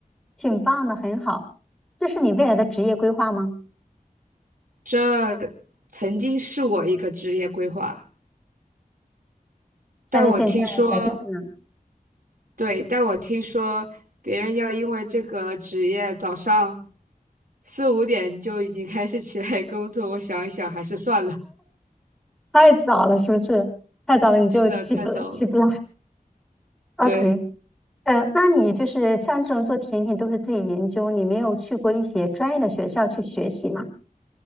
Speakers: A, in the centre; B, on the right.
A: 挺棒的，很好。这是你未来的职业规划吗？
B: 这曾经是我一个职业规划，
A: 但是现在改变了，
B: 但我听说对，但我听说别人要因为这个职业早上四五点就已经开始起来工作，我想一想还是算了，
A: 太早了，是不是？太早了你就起不来，
B: 是的，太早了。
A: 起不来。OK，
B: 对，
A: 呃，那你就是像这种做甜品都是自己研究，你没有去过一些专业的学校去学习吗？